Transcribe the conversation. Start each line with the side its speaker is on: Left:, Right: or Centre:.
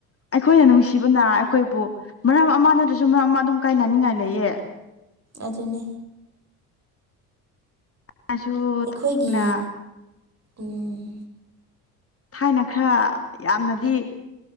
Left: ꯑꯩꯈꯣꯏꯅ ꯅꯨꯡꯁꯤꯕꯅ ꯑꯈꯣꯏꯕꯨ ꯃꯔꯝ ꯑꯃ ꯅꯠꯇ꯭ꯔꯁꯨ ꯃꯔꯝ ꯑꯃ ꯑꯗꯨꯝ ꯀꯥꯏꯅꯅꯤꯡꯉꯥꯏ ꯂꯩꯌꯦ
Right: ꯑꯗꯨꯅꯦ
Left: ꯑꯩꯁꯨ
Right: ꯑꯩꯈꯣꯏꯒꯤ
Left: ꯊꯥꯏꯅ
Right: ꯎꯝ
Left: ꯊꯥꯏꯅ ꯈꯔ ꯌꯥꯝꯅꯗꯤ